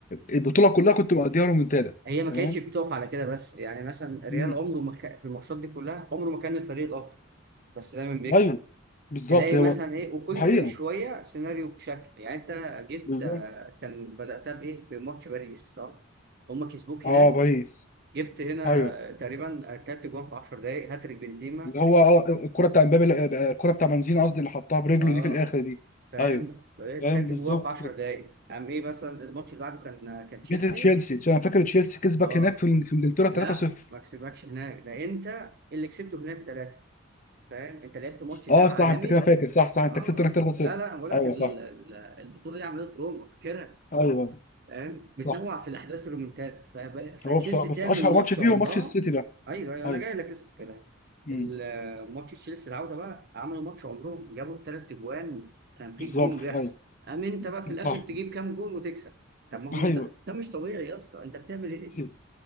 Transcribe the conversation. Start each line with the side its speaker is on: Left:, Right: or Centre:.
Left: البطوله كلها كنت مقضيها رومنتادا
Right: هي ما
Left: تمام
Right: كانتش بتقف على كده بس يعني مثلا الريال
Left: مم.
Right: عمره ما كا- في الماتشات دي كلها عمره ما كان الفريق الاكتر بس دايما بيكسب
Left: ايوه بالظبط
Right: تلاقي
Left: هو
Right: مثلا ايه وكل
Left: الحقيقه
Right: شويه سيناريو بشكل يعني انت جبت
Left: بالظبط
Right: آه، كان بداتها بايه بماتش باريس صح هم كسبوك
Left: اه
Right: هناك
Left: باريس
Right: جبت هنا
Left: ايوه
Right: تقريبا تلات جوان في 10 دقايق هاتريك بنزيما
Left: اللي هو اه الكره بتاع امبابي آه، آه، الكره بتاع بنزيما قصدي اللي حطها برجله
Right: اه
Left: دي في الاخر دي
Right: فاهم
Left: ايوه
Right: ف- تلات
Left: فاهم بالظبط
Right: جوان في 10 دقايق قام ايه مثلا الماتش اللي بعده كان كان تشيلسي
Left: جت تشيلسي عشان انا فاكر تشيلسي كسبك
Right: اه
Left: هناك في في انجلترا 3-0
Right: لا ما كسبكش هناك ده انت اللي كسبته هناك فاهم انت لعبت ماتش ذهاب
Left: اه صح
Right: عالمي
Left: انت كده فاكر صح صح انت
Right: اه
Left: كسبت
Right: اه
Left: هناك 3-0
Right: لا لا انا بقول لك
Left: ايوه
Right: ال-
Left: صح
Right: ال- البطوله دي عملت روما فاكرها
Left: ايوه
Right: فاهم بتنوع
Left: صح
Right: في الاحداث الرومنتادا فب- فتشيلسي
Left: هو بصراحه بس
Right: تعمل
Left: اشهر
Right: ماتش
Left: ماتش فيه
Right: عمرها
Left: هو ماتش السيتي ده
Right: ايوه ايوه
Left: ايوه
Right: انا جاي لك لسه في الكلام
Left: امم
Right: ال- ماتش تشيلسي العوده بقى عملوا ماتش عمرهم جابوا ثلاث اجوان كان في
Left: بالظبط
Right: جنون بيحصل
Left: ايوه
Right: قام انت بقى في الاخر
Left: صح
Right: تجيب كام جون وتكسب طب ما هو مش
Left: ايوه
Right: ده, ده مش طبيعي يا اسطى انت بتعمل ايه
Left: ايوه